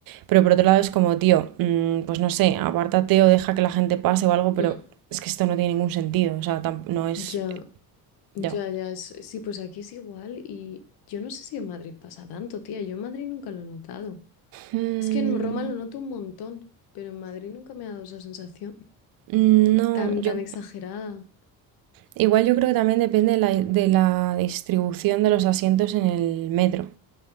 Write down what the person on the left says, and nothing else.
mm.
Ya, ya,
ya. es- sí, pues aquí es igual y yo no sé si en Madrid pasa tanto, tía. Yo en Madrid nunca lo he notado.
Es que en Roma lo noto un montón, pero en Madrid nunca me ha dado esa sensación
tan,
tan exagerada.